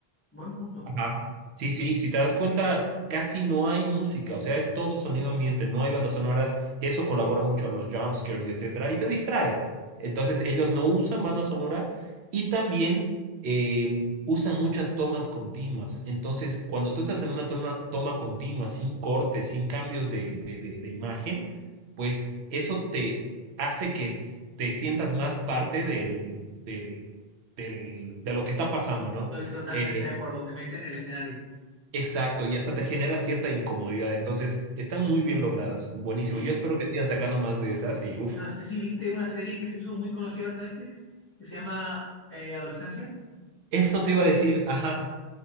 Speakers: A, on the left; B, on the right.
A: Buen punto.
B: Ajá. Sí, sí, si te das cuenta, casi no hay música, o sea, es todo sonido ambiente, no hay bandas sonoras, y eso colabora mucho a los jumpscares y etcétera, y te distrae. Entonces, ellos no usan banda sonora y también eh, usan muchas tomas continuas. Entonces, cuando tú estás en una toma, toma continua, sin cortes, sin cambios de, de, de, de imagen, pues eso te hace que s- te sientas más parte del, del, del, de lo que está pasando,
A: Estoy
B: ¿no?
A: totalmente
B: Eh,
A: de acuerdo, te mete en el escenario.
B: Exacto, y hasta te genera cierta incomodidad. Entonces, están muy bien logradas. Buenísimo.
A: Sí,
B: Yo espero que sigan sacando más de esas y uff.
A: no sé si viste una serie que se hizo muy conocida en Netflix, que se llama eh, Adolescencia.
B: Eso te iba a decir, ajá.